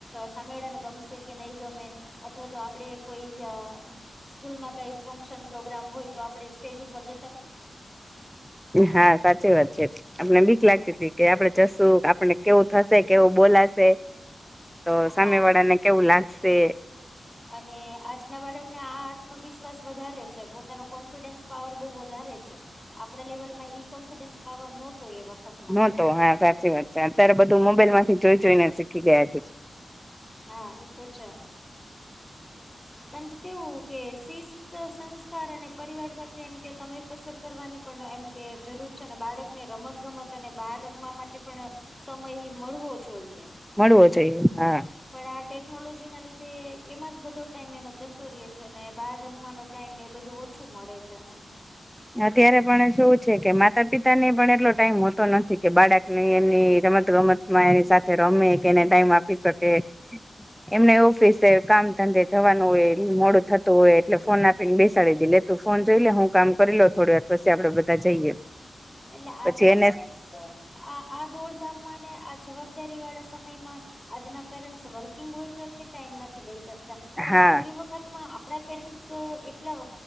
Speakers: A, on the left (about 15°); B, in the centre.
A: સામે વાળાને ગમશે કે નહીં ગમે અથવા તો આપડે કોઈ સ્કૂલમાં કઈ ફંક્શન પ્રોગ્રામ હોય તો આપણે સ્ટેજ ઉપર જ
B: હા સાચી વાત છે આપને
A: હતા
B: બીક લાગતી હતી. કે આપડે જશું આપને કેવું થશે કેવું બોલાશે તો સામે
A: હા
B: વાળા ને કેવું લાગશે
A: અને આજના બાળકને આ આત્મવિશ્વાસ વધારે છે પોતાનો કો ન્ફિડન્સ પાવર બહુ વધારે છે આપડા લેવલ માં ઈ કોન્ફિડન્સ પાવર નહોતો એ વખત
B: નતો હા સાચી વાત છે અત્યારે બધું મોબાઈલ માંથી જોઈ જોઈને શીખી ગયા છે.
A: હા એ તો છે. પરંતુ કેવું કે શિસ્ત સંસ્કાર અને પરિવાર સાથે એમ કે સમય પસાર કરવાની પણ એમ કે જરૂર છે અને બાળકને રમત ગમત અને બાર રમવા માટે પણ સમય મળવો જોઈએ.
B: મળવો જોઈએ હા
A: પણ આ ટેકનોલોજી ના લીધે એમાં જ બધો ટાઈમ એનો જતો રયો છે ને બહાર રમવાનો ટાઈમ ને એ બધું ઓછું મળે છે એને
B: અત્યારે પણ શું છે કે માતા પિતા ને પણ એટલો ટાઈમ હોતો નથી કે બાળક ની એમની રમત ગમત માં એની સાથે રમે કે એને ટાઈમ આપી શકે એમને ઓફિસે કામ ધંધે જવાનું હોય મોડું થતું હોય એટલે ફોન આપી ને બેસાડી દી લે તું ફોન જોઈ લે હું કામ કરી લઉ થોડી વાર પછી આપડે બધા જઈએ.
A: એટલે આજના
B: પછી એને
A: પેરેન્ટ્સ તો આ આ આ દોડ ધામ માંને જવાબદારી વાળા સમયમાં આજના પેરેન્ટસ વર્કિંગ હોય છે એટલે ટાઈમ નથી દઈ શક તા પણ
B: હા
A: આપણી વખ વખતમાં આપડા પેરેન્ટ્સ એટલા